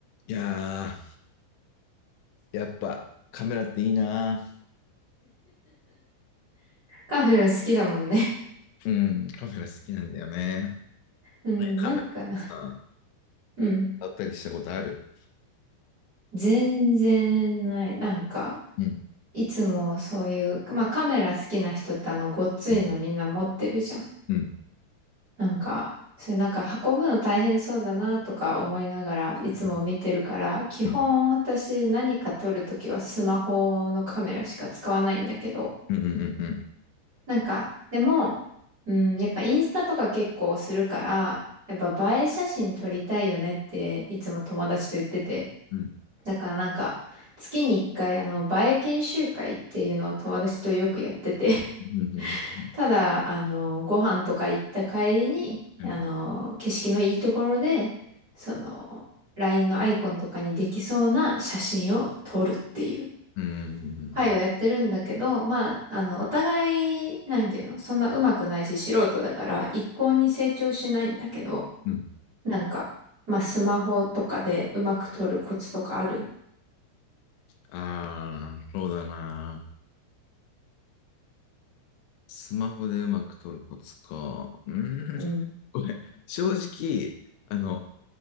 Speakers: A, on the left; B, on the right.
A: いやー、やっぱカメラっていいな。
B: カメラ好きだもんね。
A: うん、カメラ好きなんだよね。
B: うん、
A: ね、カメラとかさ、
B: なんか、うん。
A: 撮ったりしたことある。
B: 全然ない。なんか、
A: うん
B: いつもそういう、まあカメラ好きな人ってあの、ごっついのみんな持ってるじゃん。
A: うんうん
B: なんか、それなんか運ぶの大変そうだなとか思いながらいつも見てるから、
A: う
B: 基本私何か撮るときはスマホのカメラしか使わないんだけど、
A: んうんうんうんうん
B: なんか、でも、うん、やっぱインスタとか結構するから、やっぱ映え写真撮りたいよねっていつも友達と言ってて。
A: うん
B: だからなんか、月に一回、あの、バエ研修会っていうのを友達とよくやってて
A: うんうんうん
B: <laughs> ただ、あの、ご飯とか行った帰りに、
A: うん
B: あの、景色のいいところで、その、LINE のアイコンとかにできそうな写真を撮るっていう
A: うんうんうんうん
B: 会をやってるんだけど、まあ、あの、お互い、なんていうの、そんな上手くないし素人だから、一向に成長しないんだけど、
A: うんうん
B: なんか、まあ、スマホとかでうまく撮るコツとかある
A: ああ、そうだな。スマホでうまく撮るコツか。うん。
B: うん。
A: これ正直あの